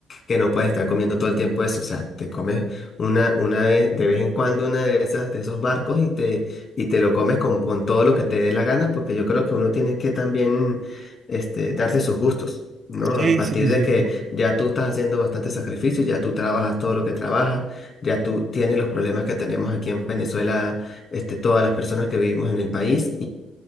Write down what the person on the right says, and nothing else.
Sí,
sí,
sí.